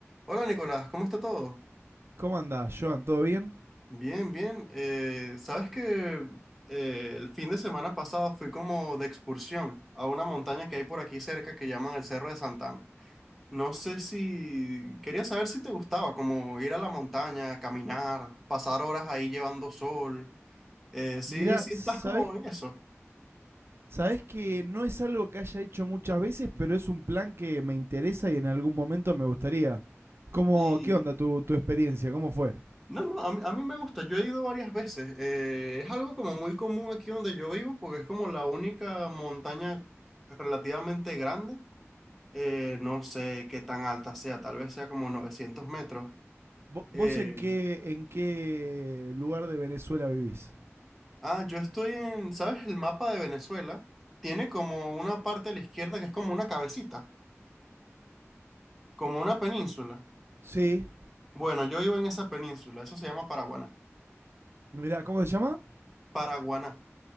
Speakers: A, in the centre; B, on the right (about 55°).
A: Hola Nicolás, ¿cómo está todo?
B: ¿Cómo andás, Joan? ¿Todo bien?
A: Bien, bien. Eh, sabes que eh, el fin de semana pasado fui como de excursión a una montaña que hay por aquí cerca que llaman el Cerro de Santana. No sé si quería saber si te gustaba, como ir a la montaña, caminar, pasar horas ahí llevando sol. Eh, sí,
B: Mira,
A: sí
B: ¿sabés,
A: estás como en eso.
B: sabés que no es algo que haya hecho muchas veces, pero es un plan que me interesa y en algún momento me gustaría. ¿Cómo,
A: Y
B: qué onda tu, tu experiencia? ¿Cómo fue?
A: no, no, a mí, a mí me gusta. Yo he ido varias veces. Eh, es algo como muy común aquí donde yo vivo porque es como la única montaña relativamente grande Eh, no sé qué tan alta sea, tal vez sea como 900 metros.
B: ¿Vo- ¿Vos
A: Eh,
B: en qué, en qué lugar de Venezuela vivís?
A: ah, yo estoy en, ¿sabes? El mapa de Venezuela tiene como una parte a la izquierda que es como una cabecita, como una península.
B: Sí,
A: Bueno, yo vivo en esa península, eso se llama Paraguaná.
B: mirá, ¿cómo se llama?
A: Paraguaná.